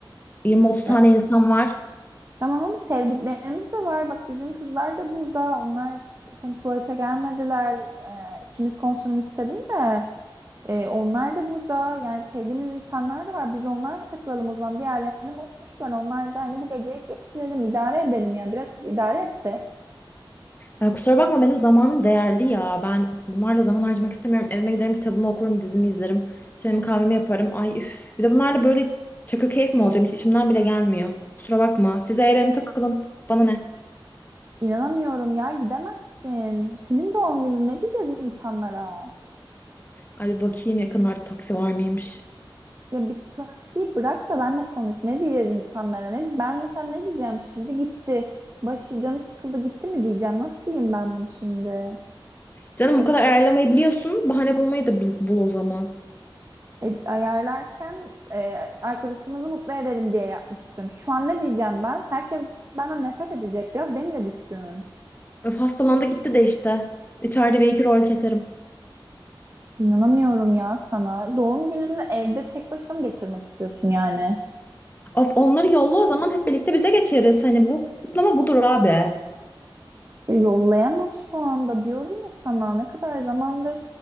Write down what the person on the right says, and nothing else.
Ya,
tamam ama sevdiklerimiz de var. Bak bizim kızlar da burada. Onlar zaten tuvalete gelmediler. Ee, ikimiz konuşalım istedim de. Ee, onlar da burada yani sevdiğimiz insanlar da var. Biz onlarla takılalım o zaman. Diğerlerini boş ver. Onlar da hani bu geceyi geçirelim, idare edelim yani. Biraz idare etsek.
İnanamıyorum ya gidemezsin. Senin doğum günün ne diyeceğiz insanlara?
Ya bir taksiyi bırak da benle konuş. Ne diyeceğiz insanlara? Ne, ben mesela ne diyeceğim şimdi? Gitti. Başı canı sıkıldı gitti mi diyeceğim. Nasıl diyeyim ben bunu şimdi?
E, ayarlarken e, arkadaşımızı mutlu edelim diye yapmıştım. Şu an ne diyeceğim ben? Herkes benden nefret edecek. Biraz beni de düşün.
İnanamıyorum ya sana. Doğum gününü evde tek başına mı geçirmek istiyorsun yani?
Ya yollayamam şu anda diyorum ya sana. Ne kadar zamandır